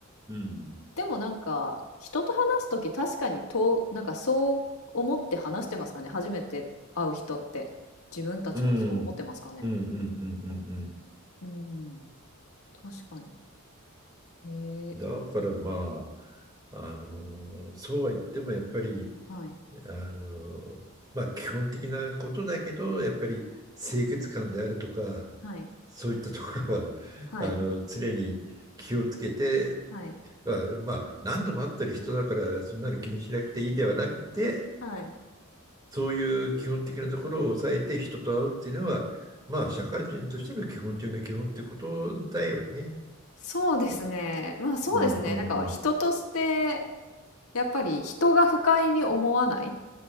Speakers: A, on the right; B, on the left.
A: うん。
B: でもなんか人と話す時確かにとなんかそう思って話してますかね初めて会う人って自分たちもそう思ってますかね
A: うん。うんうんうんうんうん。
B: うん確かにへえ
A: だからまあ、あの、そうは言ってもやっぱり、
B: はい
A: あの、まあ基本的なことだけど、やっぱり清潔感であるとか、
B: はい
A: そういったところは、<laughs>
B: はい
A: あの、常に気をつけて、
B: はい
A: まあ、まあ何度も会ってる人だから、そんなの気にしなくていいではなくて、
B: はい
A: そういう基本的なところを抑えて人と会うっていうのは、まあ社会人としての基本中の基本ってことだよね。
B: そうですねまあそうですねなんか人として
A: うんうんうん。
B: やっぱり人が不快に思わないっ